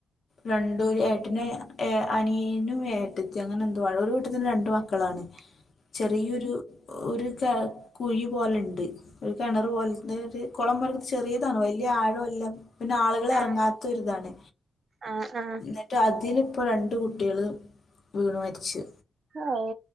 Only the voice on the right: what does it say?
<inaudible>
ആഹ്
ആഹ് ആഹ്
ഹാവൂ